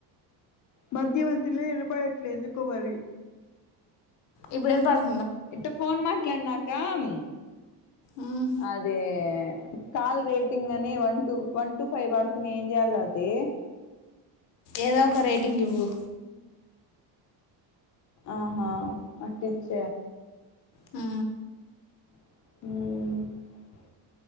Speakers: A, on the left; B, on the left.
A: మధ్య మధ్యలో ఇనపడట్లేదు. కు వరి
B: ఇప్పుడు ఇన పడు
A: ఎంత ఫోన్ మాట్లాడిన్న తమ్
B: మ్మ్.
A: అదే కాల్ రేటింగ్ అని one two one two five వడుతున్నాయి. ఏం చేయాలి రా అది
B: ఏదో ఒక రేటింగ్ ఇవ్వు
A: ఆహా అట్లా ఇచ్చ
B: హ్
A: హ్